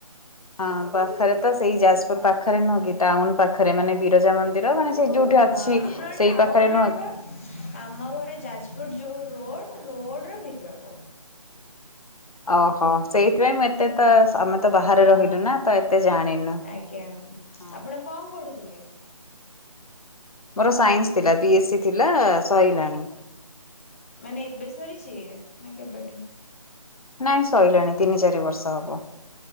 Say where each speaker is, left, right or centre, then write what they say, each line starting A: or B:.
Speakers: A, on the left; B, on the left.
A: ହଁ ପାଖରେ ତ ସେଇ ଯାଜପୁର ପାଖରେ ନୁହଁ କି ଟାଉନ ପାଖରେ ମାନେ ବିରଜା ମନ୍ଦିର ମାନେ ସେ ଯୋଉଠି ଅଛି
B: ହଁ ଆପଣଙ୍କ
A: ସେଇ
B: ଟାଉନ
A: ପାଖରେ ନୁହଁ
B: ଆଡେ ପା।
A: କି
B: ଆମ ଘରେ ଯାଜପୁର ଯୋଉ ରୋଡ ରୋଡ ର ଭିତର କ
A: ଓହୋ ସେଇଥିପାଇଁ ମୁଁ ଏତେ ତ ତ ବାହାରେ
B: ହଁ
A: ରହିଲୁ ନା ତ ଏତେ ଜାଣିନୁ।
B: ଆଜ୍ଞା
A: ହଁ
B: ଆପଣ କଣ ପଢୁଥିଲେ
A: ମୋର ସାଇନ୍ସ ଥିଲା ବି ଏସ୍ ସି ଥିଲା ସରିଲାଣି
B: ମାନେ ଏବେ ସରିଛି ନା କେବେଠୁ
A: ନାଇଁ ସରିଲାଣି ତିନି ଚାରି ବର୍ଷ ହବ